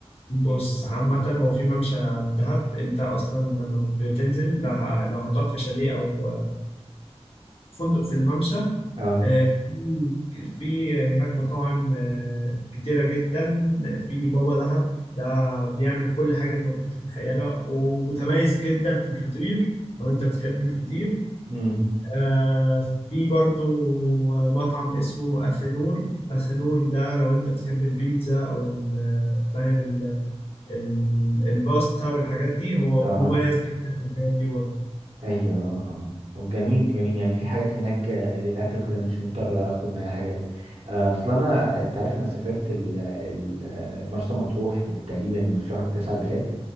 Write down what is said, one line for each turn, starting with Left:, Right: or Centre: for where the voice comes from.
Left: بص عامة هو في ممشى في دهب انت اصلا لما بتنزل لو ه- لو هتقعد في شاليه او فندق في الممشى
Right: اه
Left: آه، في في هناك مطاعم آه، كتيرة جدا في بابا دهب ده بيعمل كل حاجة انت ممكن تتخيلها ومتميز جدا في الفطير لو انت بتحب الفطير
Right: امم
Left: آه في برضو آه، مطعم اسمه أثنور أثنور ده لو أنت بتحب البيتزا أو ال- فاهم ال- ال- الباستا والحاجات دي هو
Right: اه
Left: مميز جدا في الحاجات دي برضه
Right: ايوه اه اه طب جميل جميل يعني في حاجات هناك آه، للاكل وكده مش مضطر اخد معايا حاجات آه، اصل انا انت عارف انا سافرت ال- ال- آه، مرسى مطروح تقريبا في شهر تسعة اللي فات